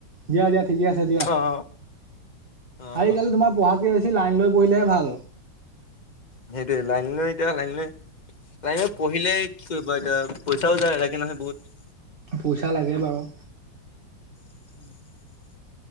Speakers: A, on the right; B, on the left.
A: দিয়া দিয়া ঠিকে আছে দিয়া।
B: অ' অ'
A: আজিকালি তোমাৰ পঢ়াতকে বেছি লাইন লৈ পঢ়িলেহে ভাল
B: সেইটোয়ে লাইন লৈ এতিয়া লাইন লৈ লাইনত পঢ়িলে কি কৰিবা এতিয়া পইচাও যায় লাগে নহয় বহুত
A: পইচা লাগে বাৰু
B: <inaudible>